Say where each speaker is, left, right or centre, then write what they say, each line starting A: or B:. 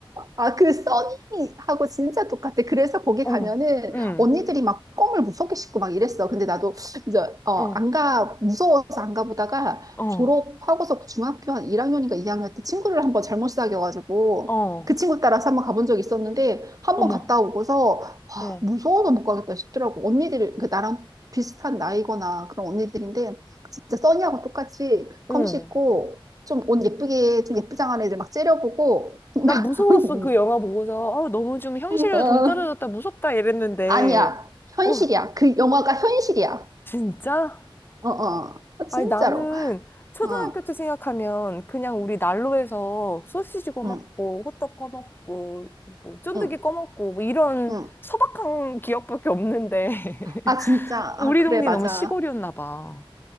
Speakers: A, on the right; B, on the left.
A: 아, 그 써니하고 진짜 똑같아. 그래서 거기
B: 어,
A: 가면은
B: 어, 응,
A: 언니들이 막 껌을 무섭게 씹고 막 이랬어. 근데 나도 이제 어,
B: 어,
A: 안 가, 무서워서 안 가보다가
B: 어,
A: 졸업하고서 중학교 한 1학년인가 2학년 때 친구를 한번 잘못 사귀어가지고
B: 어,
A: 그 친구 따라서 한번 가본 적이 있었는데 한번
B: 어머,
A: 갔다 오고서 와,
B: 어,
A: 무서워서 못 가겠다 싶더라고. 언니들, 그 나랑 비슷한 나이거나 그런 언니들인데 진짜 써니하고 똑같이
B: 응.
A: 껌 씹고 좀 옷 예쁘게, 좀 예쁘장한 애들 막 째려보고 <laughs>
B: 난 무서웠어, 그 영화
A: <laughs>
B: 보고서. 어, 너무 좀 현실과
A: 어,
B: 동떨어졌다, 무섭다 이랬는데,
A: 아니야. 현실이야.
B: 어,
A: 그 영화가 현실이야.
B: 진짜?
A: 어, 어. 어, 진짜로.
B: 아니, 나는 초등학교
A: 어,
B: 때 생각하면 그냥 우리 난로에서 소시지 꺼먹고,
A: 응,
B: 호떡 꺼먹고, 뭐, 쫀득이
A: 응,
B: 꺼먹고, 뭐 이런
A: 응.
B: 소박한 기억밖에 없는데. <laughs>
A: 아, 진짜.
B: 우리
A: 아, 그래,
B: 동네
A: 맞아.
B: 너무 시골이었나 봐.